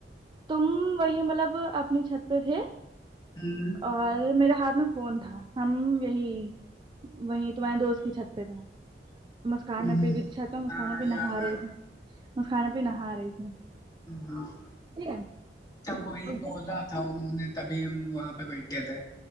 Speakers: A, on the right; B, on the left.
A: تم وہی مطلب اپنی چھت پہ تھے
B: <inaudible>
A: اور میرے ہاتھ میں فون تھا ہم یہی وہی تمہارے دوست کی چھت پہ تھے مسکانہ
B: ہاں،
A: پہ بھی د چھات میںہ مسکانہ
B: ہاں،
A: بھی
B: یاد
A: نہا
B: آ
A: رہی
B: گیا
A: تھی مسکانہ پہ نہا رہی تھی
B: ہ ہ
A: ٹھیک ہے
B: توب وہی
A: اس
B: بولا
A: دن کی
B: تھا انہوں نے تبھی ہم وہاں پہ بیٹھے تھے